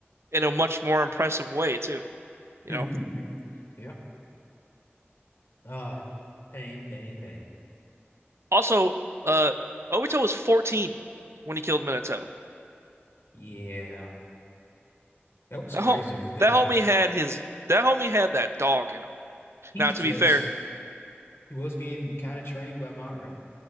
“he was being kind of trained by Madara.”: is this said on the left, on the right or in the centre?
Left